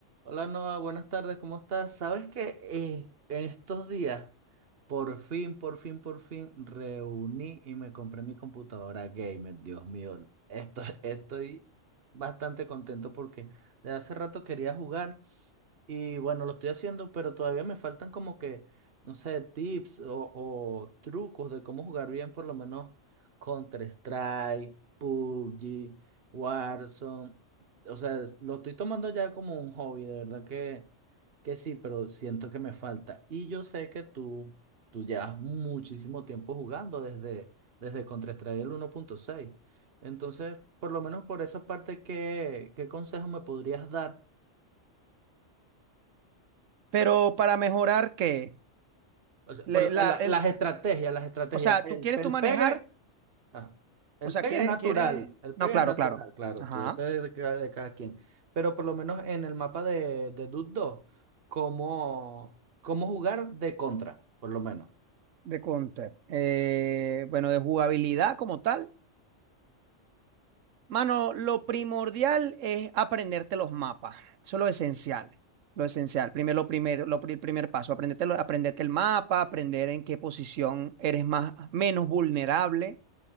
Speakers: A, on the right; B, on the right.
A: Hola Noah, buenas tardes, ¿cómo estás? Sabes que eh, en estos días, por fin, por fin, por fin, reuní y me compré mi computadora gamer. Dios mío, esto- <laughs> estoy bastante contento porque de hace rato quería jugar y bueno, lo estoy haciendo, pero todavía me faltan como que, no sé, tips o, o trucos de cómo jugar bien, por lo menos Counter-Strike, PUBG, Warzone. O sea, es- lo estoy tomando ya como un hobby, de verdad que, que sí, pero siento que me falta. Y yo sé que tú, tú llevas muchísimo tiempo jugando desde, desde Counter-Strike el uno punto seis Entonces, por lo menos por esa parte, ¿qué, qué consejo me podrías dar?
B: Pero para mejorar qué,
A: O sea,
B: Le-
A: por
B: la-
A: la-
B: el-
A: las estrategias, las estrategias.
B: o sea,
A: El,
B: tú quieres
A: el
B: tú manejar,
A: pegue, ajá. El
B: o sea,
A: pegue
B: quieres,
A: es natural,
B: quieres,
A: el pegue
B: no, claro,
A: es natural,
B: claro,
A: claro,
B: ajá,
A: tú- eso es de cada, de cada quien. Pero por lo menos en el mapa de, de Dude 2, cómo, cómo jugar de contra, por lo menos.
B: de counter. Eh, bueno, de jugabilidad como tal, mano, lo primordial es aprenderte los mapas, eso es lo esencial, lo esencial. Primero, lo primero, lo, pri- el primer paso, aprenderte, lo- aprenderte el mapa, aprender en qué posición eres más, menos vulnerable,